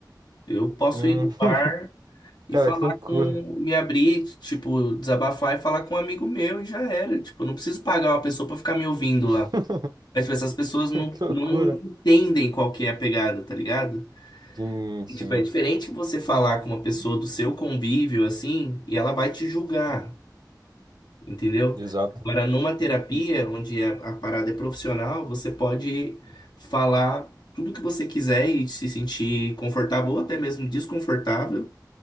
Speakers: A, on the left; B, on the right.
A: Eu posso
B: Hum,
A: ir no bar
B: <laughs>
A: e
B: cara,
A: falar
B: que loucura.
A: com, me abrir, tipo, desabafar e falar com um amigo meu e já era. Tipo, eu não preciso pagar uma pessoa pra ficar me ouvindo
B: <laughs>
A: lá. Mas, tipo, essas pessoas não,
B: Que loucura.
A: não entendem qual que é a pegada, tá ligado?
B: Sim,
A: E,
B: sim,
A: tipo, é diferente você falar com uma pessoa do seu convívio, assim, e ela vai te julgar, entendeu?
B: exato.
A: Agora, numa terapia,
B: E, e-
A: onde a, a parada é profissional, você pode falar tudo que você quiser e se sentir confortável ou até mesmo desconfortável,